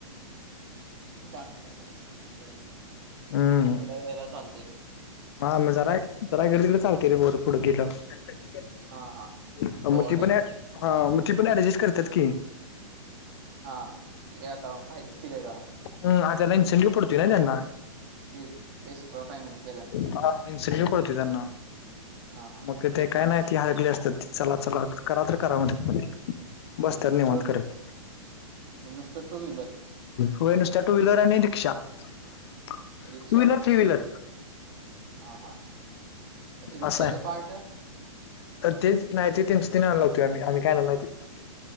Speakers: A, on the right; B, on the left.
A: बाकीचा काहीश <unintelligible> नाही सोडून तेवढ्या
B: हम्म
A: वेला चालत तरी
B: हा मग जरा जरा <unintelligible> रायगडला चालते रे उडत उडत गेल्यावर
A: हा हा ओव्हर
B: मग ती
A: टाइम
B: पण ए, मग ती पण ऍडजस्ट करत्यात की.
A: हा. ती काय आता फाईलच केलिय का?
B: हम आ त्याला <unintelligible> ंजी पडतोय ना त्यांना.
A: तेच एक्स्ट्रा टाइमिंग
B: हा मीन्स न्यू कळते त्यांना,
A: हा हा
B: मग ते काय नाही ती हरगली असतात, चला चला करा तर करा म्हण बसत्यात
A: नुसतं
B: निवांत करत.
A: मग नुसतं टू व्हीलर
B: व्हय नुसत्या टू व्हीलर आणि रिक्षा, टू
A: रिक्षा
B: व्हीलर,
A: पण
B: थ्री व्हीलर
A: हा हा. रिक्षाचं
B: असं आहे
A: पार्ट?
B: तर तेच नाही ती स्टीन लावुताया आम्ही, आम्ही काय आणणार नाही.